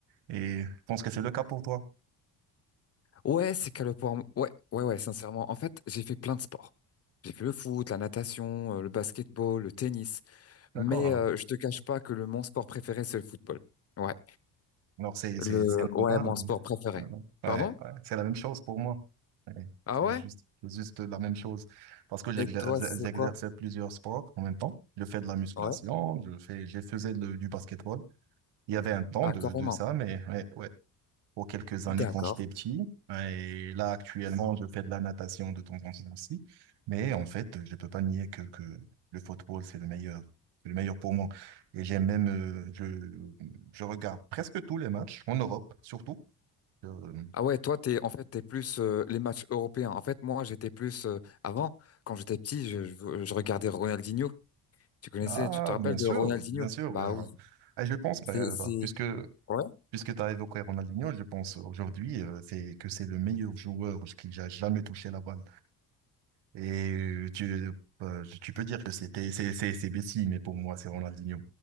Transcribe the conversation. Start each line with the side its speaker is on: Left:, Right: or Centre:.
Right: Et je pense que c'est le cas pour toi.
Left: Ouais, c'est qu'à le pour Ouais, ouais, ouais. Sincèrement, en fait, j'ai fait plein de sports. J'ai fait le foot, la natation, euh, le basketball, le tennis. Mais
Right: D'accord.
Left: euh, je te cache pas que le mon sport préféré, c'est le football. Ouais,
Right: Alors, c'est,
Left: le
Right: c'est, c'est normal.
Left: ouais, mon sport préféré.
Right: Euh, Ouais,
Left: Pardon?
Right: ouais, c'est la même chose pour moi. Ouais,
Left: Ah
Right: c'est
Left: ouais?
Right: juste, c'est juste la même chose. Parce que j'exer-
Left: Et toi, c'est
Right: j'exerce
Left: quoi?
Right: plusieurs sports en même temps. Je fais de la musculation,
Left: Ouais.
Right: je fais, je faisais le- du basketball. Il y avait un temps
Left: Ah
Right: de,
Left: carrément.
Right: de ça, mais ouais, ouais, pour quelques années
Left: D'accord.
Right: quand j'étais petit. Et là, actuellement, je fais de la natation de temps en temps aussi. Mais en fait, je peux pas nier que, que le football, c'est le meilleur. C'est le meilleur pour moi. Et j'aime même, euh, je, je regarde presque tous les matchs, en Europe surtout. Euh,
Left: Ah ouais, toi, t'es, en fait, t'es plus euh, les matchs européens. En fait, moi, j'étais plus, euh, avant, quand j'étais petit, je, je, je regardais Ronaldinho. Tu connaissais,
Right: ah,
Left: tu te rappelles
Right: bien sûr,
Left: de Ronaldinho?
Right: bien sûr.
Left: Bah
Right: euh,
Left: oui,
Right: et je pense, bah,
Left: c'est, c'est,
Right: bah, puisque,
Left: ouais.
Right: puisque tu as évoqué Ronaldinho, je pense aujourd'hui euh, c'est que c'est le meilleur joueur qui a jamais touché la balle. Et euh, tu, euh, tu peux dire que c'était, c'est, c'est, c'est Messi, mais pour moi, c'est Ronaldinho.